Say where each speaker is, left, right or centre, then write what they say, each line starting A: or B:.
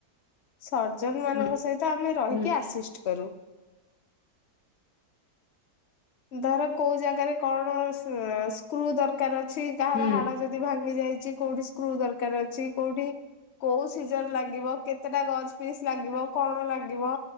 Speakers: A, on the left (about 50°); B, on the left (about 70°).
A: ସର୍ଜନ ମାନଙ୍କ
B: ହୁଁ
A: ସହିତ ଆମେ ରହିକି
B: ହୁଁ
A: ଆସିଷ୍ଟ କରୁ। ଧର କୋଉ ଜାଗାରେ କଣ ସ୍କ୍ରୁ ଦରକାର ଅଛି କାହାର
B: ହୁଁ
A: ହାଡ ଯଦି ଭାଙ୍ଗି ଯାଇଛି କୋଉଠି ସ୍କ୍ରୁ ଦରକାର ଅଛି କୋଉଠି କୋଉ ସିଜନ ଲାଗିବ କେତେଟା ଗଛ ପିସ୍ ଲାଗିବ କଣ ଲାଗିବ